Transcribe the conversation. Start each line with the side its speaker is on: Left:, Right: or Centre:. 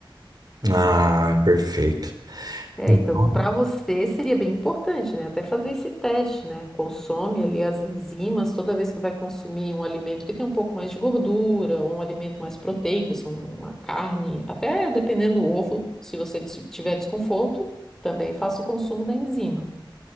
Right: Ah, perfeito.
Centre: É,
Right: Então-
Centre: então, para você seria bem importante, né? Até fazer esse teste, né? Consome ali as enzimas toda vez que vai consumir um alimento que tem um pouco mais de gordura, ou um alimento mais proteico, assim, uma carne, até dependendo do ovo, se você des- tiver desconforto, também faça o consumo da enzima.